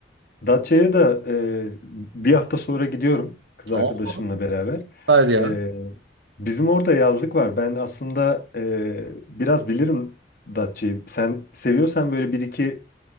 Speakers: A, on the left; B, on the right.
A: Datça'ya da e, bir hafta sonra gidiyorum kız
B: Aa,
A: arkadaşımla beraber.
B: süper ya.
A: E, bizim orada yazlık var. Ben aslında e, biraz bilirim Datça'yı. Sen seviyorsan böyle bir iki